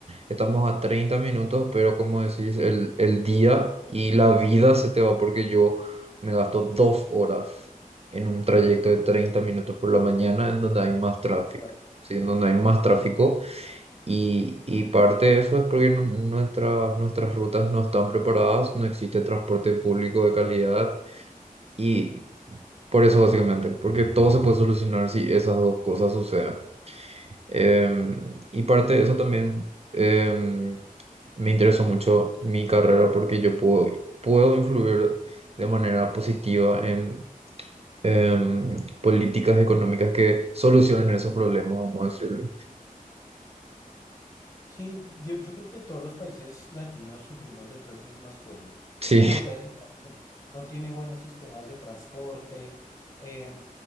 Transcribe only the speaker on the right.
Estamos a 30 minutos, pero como decís, el, el día y la vida se te va porque yo me gasto dos horas en un trayecto de 30 minutos por la mañana en donde hay más
tráfico,
¿sí? En donde hay más tráfico. Y, y parte de eso es porque nu- nuestra- nuestras rutas no están preparadas, no existe transporte público de calidad y por eso básicamente, porque todo se puede solucionar si esas dos cosas suceden. Em, y parte de eso también em, me interesó mucho mi carrera porque yo puedo, puedo influir de manera positiva en em, políticas económicas que solucionen esos problemas, vamos a decirlo.
Sí,